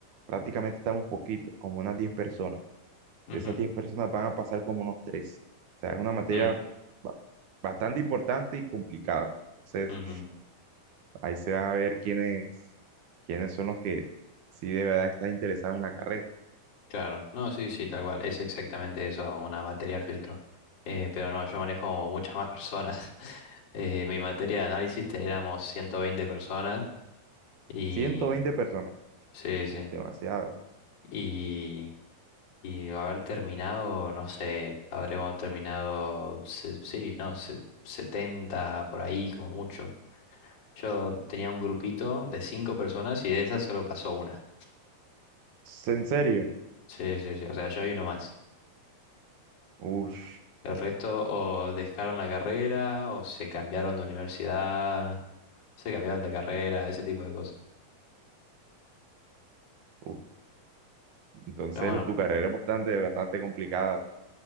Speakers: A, on the right; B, on the left.
A: prácticamente estamos poquitos, como unas 10 personas.
B: ujú,
A: de esas 10 personas van a pasar como unos tres, O sea, es una materia
B: mm,
A: ba- bastante importante y complicada. Entonces,
B: ujú.
A: ahí se va a ver quiénes, quiénes son los que sí de verdad están interesados en la carrera.
B: Claro, no, sí, sí, tal cual, es exactamente eso, una materia filtro. Eh, pero no, yo manejo muchas más personas. <laughs> Eh, mi materia de análisis te- éramos 120 personas y
A: Ciento veinte personas,
B: sí, sí.
A: Uf, demasiado.
B: Y, y de haber terminado, no sé, habremos terminado, se- sí, no, se- 70 por ahí como mucho. Yo tenía un grupito de cinco personas y de esas solo pasó una.
A: En serio,
B: Sí, sí, sí, o sea, yo y uno más.
A: uf,
B: El resto o dejaron la carrera o se cambiaron de universidad, se cambiaron de carrera, ese tipo de cosas.
A: uf. Entonces,
B: Pero bueno,
A: tu carrera es bastante, bastante complicada.